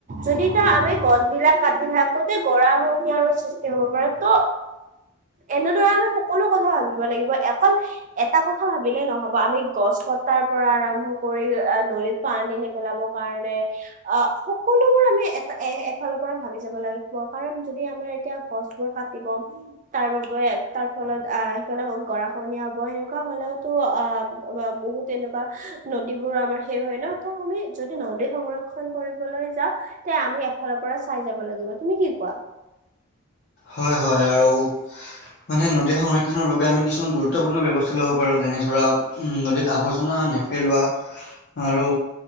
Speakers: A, on the right (about 35°); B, on the left (about 50°).
A: যদি তাৰ আমি গছবিলাক কাটি থাকোতে গৰাখহনীয়া আৰু সৃষ্টি হ'ব পাৰে। ত এনেদৰে আমি সকলো কথা ভাবিব লাগিব। অকল এটা কথা ভাবিলে নহ'ব, আমি গছ কটাৰ পৰা আৰম্ভ কৰি নদীত পানী নেপেলাব কাৰণে আ সকলোবোৰ আমি এটা এ এফালৰ পৰা ভাবি যাব লাগিব। কাৰণ যদি আমাৰ এতিয়া গছবোৰ কাটিব তাৰ বাবে তাৰ ফলত আ সেইফালে গৰাখনীয়া হ'ব। সেনেকুৱা হ'লেওতো আ বহুত এনেকুৱা নদীবোৰো আমাৰ শেষ হয় ন, ত আমি যদি নদী সংৰক্ষন কৰিবলৈ যাওঁ তে আমি এফালৰ পৰা চাই যাব লাগিব। তুমি কি কোৱা?
B: হয়, হয় আৰু মানে নদীৰ সংৰক্ষণৰ বাবে আমি কিছুমান গুৰুত্বপূৰ্ণ ব্যৱস্থা ল'ব পাৰোঁ যেনে ধৰা উম নদীত আৱৰ্জনা নেপেলোৱা আৰু